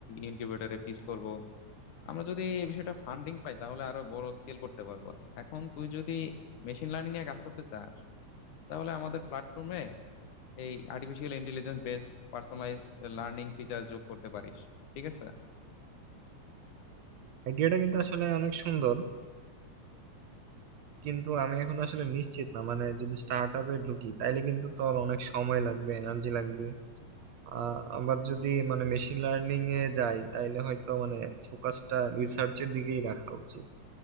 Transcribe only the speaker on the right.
আইডিয়াটা কিন্তু আসলে অনেক সুন্দর কিন্তু আমি এখন আসলে নিশ্চিত না মানে যদি স্টার্ট আপে ঢুকি তাইলে কিন্তু তো আর অনেক সময় লাগবে এনার্জি লাগবে আ- আবার যদি মানে মেশিন লার্নিং এ যাই তাইলে হয়তো মানে ফোকাসটা রিসার্চের দিকেই রাখা উচিত